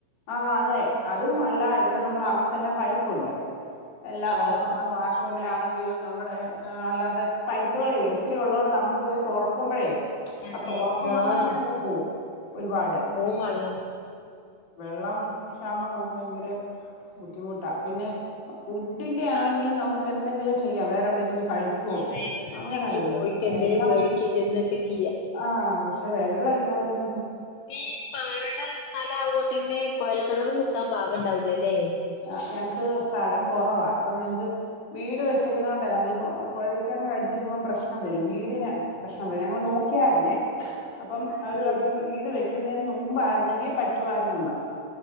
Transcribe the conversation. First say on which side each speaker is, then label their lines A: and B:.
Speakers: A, on the left; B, on the left.
A: ആഹ് അതെ അതും അല്ല ഇവിടെ നമ്മളകത്തെല്ലാം പൈപ്പുണ്ട് എല്ലാം
B: ആഹ്
A: അ വാഷ്റൂമിലാണെങ്കി നമ്മുടെ അല്ലാത്ത പൈപ്പുകളേ ഒത്തിരി ഉള്ളത്കൊണ്ട് നമ്മൾ പോയി തുറക്കുമ്പോഴേ
B: അതെ
A: ആ തുറക്കുമ്പം
B: ആഹ്
A: തന്നെ അങ്ങ് പോവും ഒരുപാട്
B: പോവും വള്ളം
A: വെള്ളം ക്ഷാമം നമുക്ക് ഭയങ്കരെ ബുദ്ധിമുട്ടാ
B: ഉം
A: പിന്നെ അ ഫുഡ്ഡിൻ്റെ ആണെങ്കിലും നമുക്കെന്തെങ്കിലും ചെയ്യാം വേറെവിടേലും പോയി കഴിക്കുവോ
B: അതെ വേറെ എവിടെങ്കിലും
A: അങ്ങനെ ഇത്
B: പോയിട്ടുണ്ടേൽ
A: നമുക്ക് വെള്ളം
B: മേടിക്ക തിന്നൊക്കെ ചെയ്യാ
A: ആഹ് പക്ഷെ വെള്ളം ഇല്ലാതവരു
B: ഇപ്പേ പാറട സ്ഥലഅങ്ങോട്ട്‌ ട്ടുണ്ട് കുഴൽക്കിണർ കുത്താൻ പാകം ഉണ്ടാവില്ലല്ലേ?
A: ആ ഞങ്ങക്ക് സ്ഥലം കുറവാ ഇപ്പം ഞങ്ങക്ക് വീട് വെച്ചേക്കുന്നണ്ടെ നമ്മൾ ഈ കുഴൽക്കിണർ അടിിച്ചു കഴിയുമ്പോം പ്രശ്നം വരും വീടിന് പ്രശ്നം വരും ഞങ്ങള് നോക്കിയാരുന്നേ അപ്പം
B: അത്
A: അവര്
B: ശരി
A: പറഞ്ഞു വീട് വെയ്ക്കുന്നതിനു നും മുമ്പായിരുന്നെങ്കിൽ പറ്റുവായിരുന്നെന്ന്